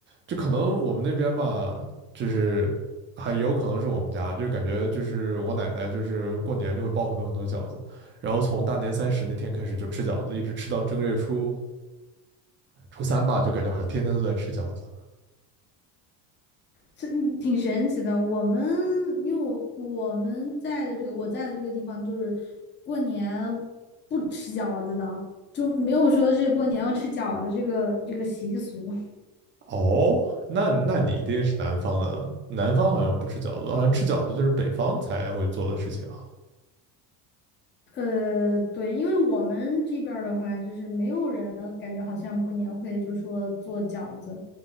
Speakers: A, on the right; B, on the left.
A: 就可能我们那边吧，就是还有可能是我们家，就是感觉就是我奶奶就是过年就会包很多很多饺子，然后从大年三十那天开始就吃饺子，一直吃到正月初初三吧，就感觉好像天天都在吃饺子。
B: 这挺神奇的。我们因为我我们在的这个我在的这个地方，就是过年不吃饺子的，就没有说是过年要吃饺子这个这个习俗。
A: 哦，那那你一定是南方的，南方好像不吃饺子，好像吃饺子就是北方才会做的事情啊。
B: 呃，对，因为我们这边儿的话，就是没有人感觉好像过年会就说做饺子，